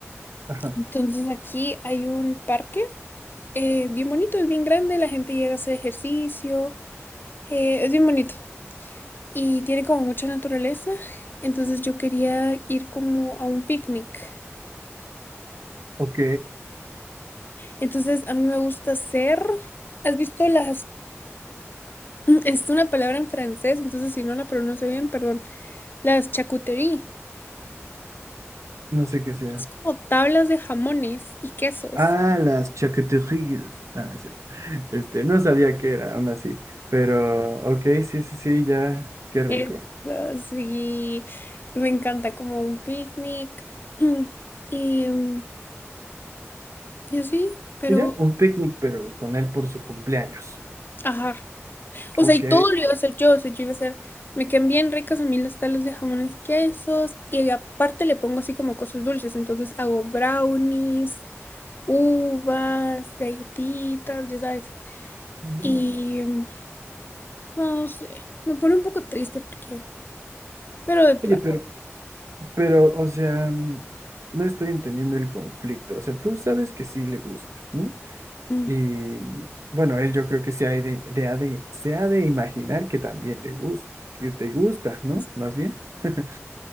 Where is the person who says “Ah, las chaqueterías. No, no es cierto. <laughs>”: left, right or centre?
Right